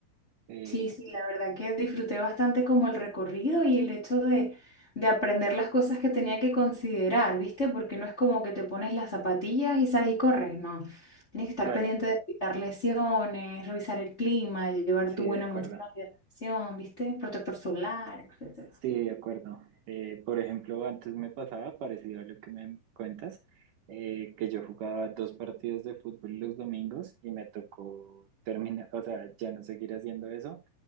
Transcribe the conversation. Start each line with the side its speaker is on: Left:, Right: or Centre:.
Right: Eh,
Left: Sí, sí, la verdad que disfruté bastante como el recorrido y el hecho de, de aprender las cosas que tenía que considerar, ¿viste? Porque no es como que te pones las zapatillas y sales y corres, no. Tienes que estar
Right: claro,
Left: pendiente de evitar lesiones, revisar el clima, llevar
Right: sí,
Left: tu buena
Right: de acuerdo.
Left: mochila de reacción, ¿viste? Protector solar, etcétera.
Right: Sí, de acuerdo. Eh, por ejemplo, antes me pasaba parecido a lo que me cuentas, eh, que yo jugaba dos partidos de fútbol los domingos y me tocó terminar, o sea, ya no seguir haciendo eso